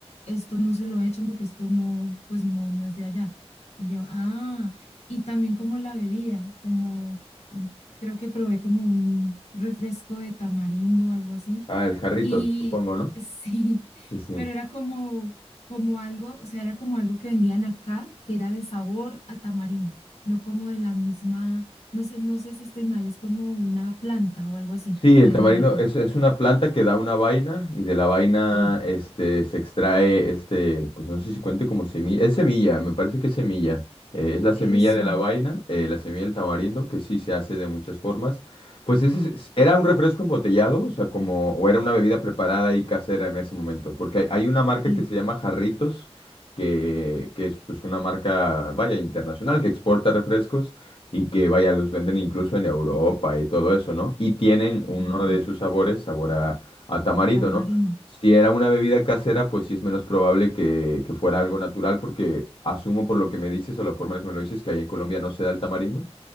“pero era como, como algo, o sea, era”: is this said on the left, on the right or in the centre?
Left